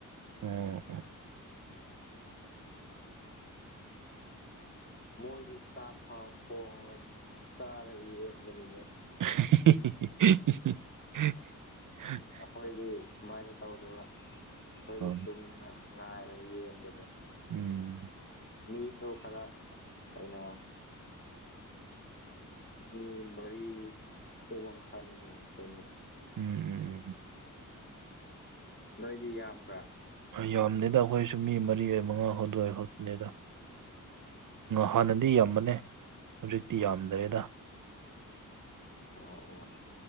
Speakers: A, on the right; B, on the left.
A: ꯎꯝ
B: ꯃꯣꯏꯗꯤ ꯆꯥꯛ ꯐꯥꯎ ꯊꯣꯡꯉꯒ ꯆꯥꯔꯒ ꯌꯦꯡꯕꯅꯤꯅꯦ
A: <unintelligible>
B: ꯑꯩꯈꯣꯏꯗꯤ ꯁꯨꯃꯥꯏꯅ ꯇꯧꯗꯕ ꯑꯩꯈꯣꯏꯗꯤ ꯆꯨꯝꯅ
A: ꯑꯥ
B: ꯉꯥꯏꯔꯒ ꯌꯦꯡꯕꯗꯣ
A: ꯎꯝ
B: ꯃꯤꯁꯨ ꯈꯔ ꯀꯩꯅꯣ ꯃꯤ ꯃꯔꯤ ꯇꯨꯃꯈꯥꯅꯤꯕꯣ ꯑꯩꯈꯣꯏꯒꯤ
A: ꯎꯝ ꯎꯝ ꯎꯝ
B: ꯅꯣꯏꯗꯤ ꯌꯥꯝꯕ꯭ꯔꯥ
A: ꯌꯥꯝꯗꯦꯗ ꯑꯩꯈꯣꯏꯁꯨ ꯃꯤ ꯃꯔꯤ ꯃꯉꯥ ꯍꯧꯗꯣꯏ ꯈꯛꯇꯅꯤꯗ ꯍꯥꯟꯅꯗꯤ ꯌꯥꯝꯕꯅꯦ ꯍꯧꯖꯤꯛꯇꯤ ꯌꯥꯝꯗ꯭ꯔꯦꯗ
B: ꯑꯣ ꯑꯣ